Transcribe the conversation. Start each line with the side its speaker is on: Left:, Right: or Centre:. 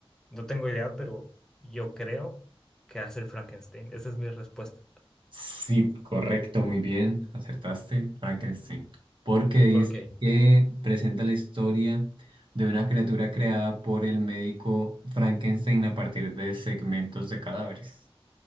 Centre: No tengo idea, pero yo creo que hace el Frankenstein. Esa es mi respuesta.
Right: Sí, correcto, muy bien, acertaste, Frankenstein. Porque dice
Centre: Ok,
Right: que presenta la historia de una criatura creada por el médico Frankenstein a partir de segmentos de cadáveres.